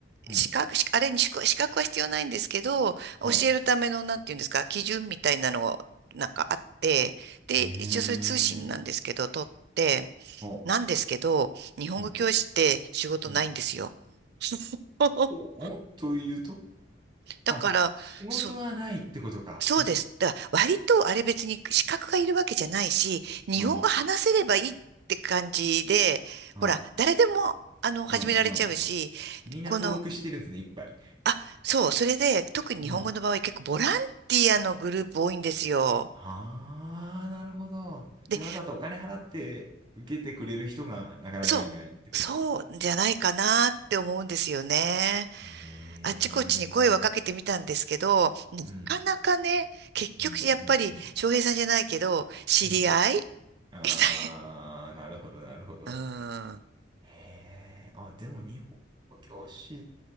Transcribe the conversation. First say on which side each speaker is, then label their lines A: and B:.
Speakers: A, on the right; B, on the right.
A: うん。
B: 資格、しあれに資格資格は必要ないんですけど、教えるための、
A: は
B: なんていうんですか、基準みたいなのを、なんかあって、で、
A: い。へえ。
B: 一応そういう通信なんですけど、取って、
A: ほ
B: なんですけど、日本語教師って仕事ないんですよ。
A: うん。うん。
B: <laughs>
A: うん。お、んというと
B: だから、
A: あ、仕事がないってことか。
B: そ、そうです。
A: ん
B: だから割とあれ別に資格がいるわけじゃないし、日本語話せればいいって感じで、
A: うん。うん。
B: ほら、誰でも、あの、始められちゃうし、
A: うん。うん。うん。みんな登録してるんですね、
B: この、
A: いっぱい。
B: あ、そう、それで、特に日本語の場合結構ボランティアのグループ多いんですよ。
A: うん。ああ、なるほど。
B: で、
A: じゃあわざわざお金払って受けてくれる人がなかなかいないってことか。
B: そう、そうじゃないかなって思うんですよね。
A: ええ。
B: あっちこっちに声はかけてみたんですけど、なかなかね、
A: うん。
B: 結局やっぱり翔平さんじゃないけど、
A: うん。うん。うん。
B: 知り合い
A: うん。ああ、
B: <laughs> みたい
A: なるほど、なるほど。
B: な。うーん、
A: へえ、あ、でも日本語教師、